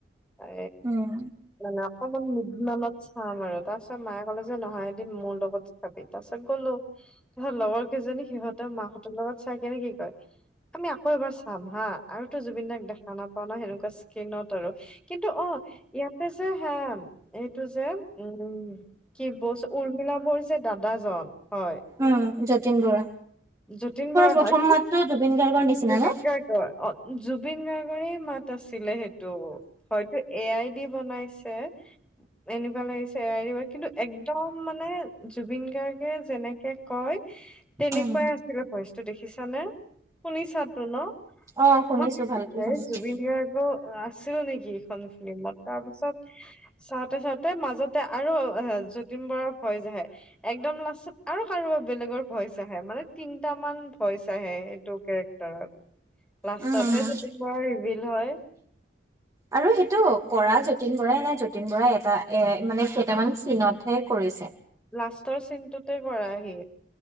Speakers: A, in the centre; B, on the right (about 20°).
A: এ
B: উম
A: মানে অকমান চাম আৰু ত কলে যে নহয় এদিন মোৰ লগত চাবি তাৰ পিছত গ'লো। তাৰপিছত লগৰ কেইজনী সিহঁতৰ মাহঁতৰ লগত চাই কেনে কি কয় আমি আকৌ এবাৰ চাম হা। আৰুতো জুবিন দাক দেখা নাপা সেনেকুৱা স্কিনত আৰু কিন্তু অ ইয়াতে যে হা এইটো যে উম কি বছ উৰ্মিলা যে দাদাজন হয়
B: উম যতীন বৰা
A: যতীন বৰা
B: প্ৰথম
A: হয় কি
B: মাতটো জুবিন গাৰ্গৰ নিচিনা
A: জুবিক
B: ন?
A: গাৰ্গ জুবিন গাৰ্গৰেই মাত আছিলে সেইটো। হয়তো এ আই ডি বনাইছে এনেকুৱা লাগিছে কিন্তু একদম মানে জুবিন গাৰ্গে যেনেকে কয় তেনেকুৱাই
B: উম
A: আছিলে ভয়চ দেখিছা নে শুনিছা তো ন।
B: অ শুনিছো
A: মই
B: ভালকে শুনিছো।
A: জুবিন গাৰ্গ আঁচনি এইখন ফিল্মত তাৰ পাছত চাওঁতে চাওঁতে মাজতে আৰু যতীন বৰাৰ ভইচ আহে একদম লাষ্টত আৰু কাৰোবাৰ বেলেগৰ ভইচ আহে মানে তিনটামান ভইচ আহে সটো কেৰেক্টাৰত লাষ্টতহে
B: উম উম
A: যতীন বৰা ৰিভিল হয়।
B: আৰু সেইটো কৰা যতীন বৰাই নে যতীন বৰাই এটা এ মানে কেইটামান চিনতহে কৰিছে।
A: লাষ্টৰ চিনটোতে কৰা আহি